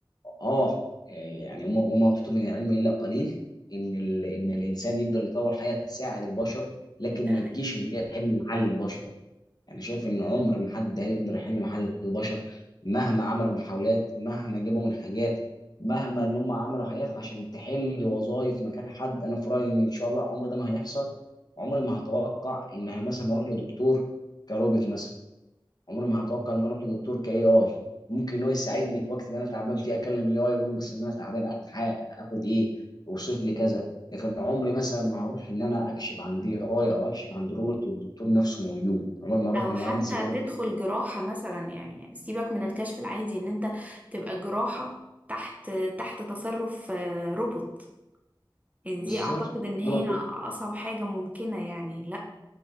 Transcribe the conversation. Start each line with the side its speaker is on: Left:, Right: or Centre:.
Left: اه يعني وما وما اوتيتم من العلم الا قليل ان ال... ان الانسان يقدر يطور حاجه تساعد البشر لكن
Right: ده
Left: ما
Right: حقيقي
Left: تجيش ان هي تحل محل البشر يعني شايف ان عمر ما حد هيقدر يحل محل البشر مهما عملوا محاولات مهما جابوا من حاجات مهما ان هم عملوا حاجات عشان تحل وظائف مكان حد انا في رايي ان ان شاء الله عمر ده ما هيحصل عمري ما هتوقع ان مثلا اروح لدكتور كروبوت مثلا عمري ما هتوقع ان انا اروح لدكتور كاي اي ممكن هو يساعدني في وقت ان انا تعبان فيه اكلم الاي اي اقول له بس ان انا تعبان اخد حاجه اخد ايه اوصف لي كذا لكن عمري مثلا ما هروح ان انا اكشف عن دي اي او اكشف عن روبوت والدكتور نفسه موجود عمري ما اروح
Right: او
Left: لمهندس
Right: حتى
Left: اقول
Right: تدخل
Left: له إيه؟
Right: جراحة مثلا يعني سيبك من الكشف العادي ان انت تبقى جراحة تحت تحت تصرف آه، روبوت يعني
Left: بالظبط
Right: دي اعتقد ان هي
Left: انا مفروض
Right: اصعب حاجة ممكنة يعني لا